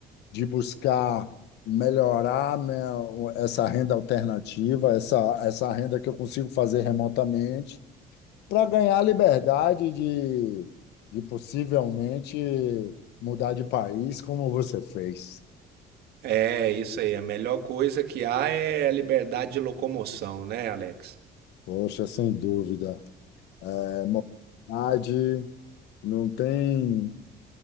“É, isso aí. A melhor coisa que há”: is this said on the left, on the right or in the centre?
Right